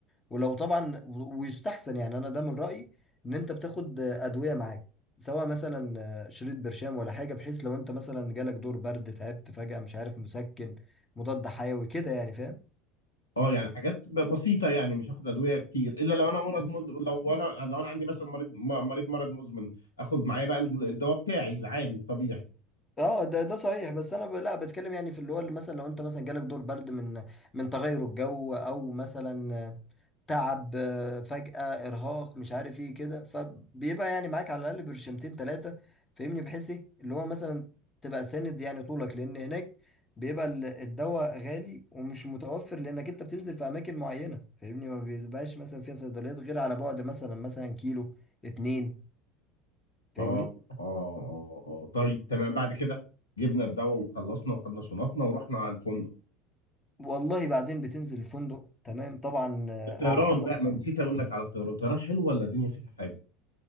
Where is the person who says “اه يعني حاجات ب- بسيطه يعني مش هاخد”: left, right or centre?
Left